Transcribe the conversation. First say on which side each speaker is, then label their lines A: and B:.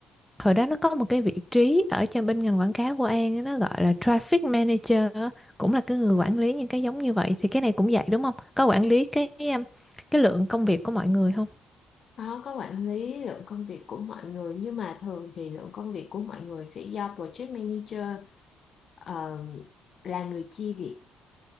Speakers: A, in the centre; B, on the left.
A: hồi đó nó có một cái vị trí ở cho bên ngành quảng cáo của An á, nó gọi là traffic manager á, cũng là cái người quản lý những cái giống như vậy thì cái này cũng vậy đúng không có quản lý cái cái, um, cái lượng công việc của mọi người không
B: Nó có quản lý lượng công việc của mọi người nhưng mà thường thì lượng công việc của mọi người sẽ do project manager ờ, là người chia việc